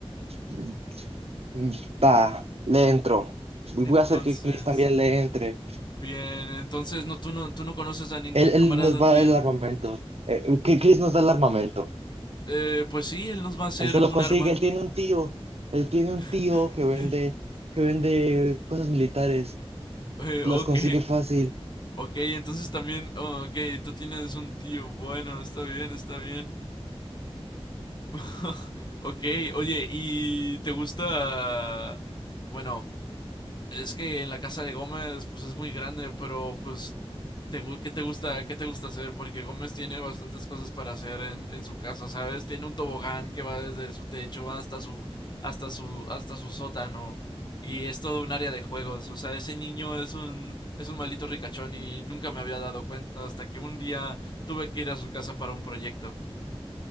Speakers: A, on the right; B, on the left.
A: Mm, mm, Va, le entro. Y Voy
B: Entonces,
A: a hacer que Chris también le entre.
B: Bien, entonces no, tú no, tú no conoces a ningún
A: Él,
B: camarada
A: él nos va
B: tuyo.
A: a dar el armamento. Eh, que Chris nos da el armamento.
B: Eh, pues sí, él nos va a hacer
A: Él se
B: un
A: lo consigue,
B: arma.
A: él tiene un tío. Él tiene un
B: <laughs>
A: tío que vende, que vende cosas militares.
B: Eh,
A: Las
B: ok,
A: consigue fácil.
B: ok, entonces también, oh, ok, tú tienes un tío. Bueno, está bien, está bien. <laughs> Ok, oye, ¿y te gusta? Bueno, es que en la casa de Gómez, pues es muy grande, pero pues, te, ¿qué, te gusta, ¿qué te gusta hacer? Porque Gómez tiene bastantes cosas para hacer en, en su casa, ¿sabes? Tiene un tobogán que va desde su techo hasta su, hasta su, hasta su sótano. Y es todo un área de juegos. O sea, ese niño es un, es un maldito ricachón y nunca me había dado cuenta hasta que un día tuve que ir a su casa para un proyecto.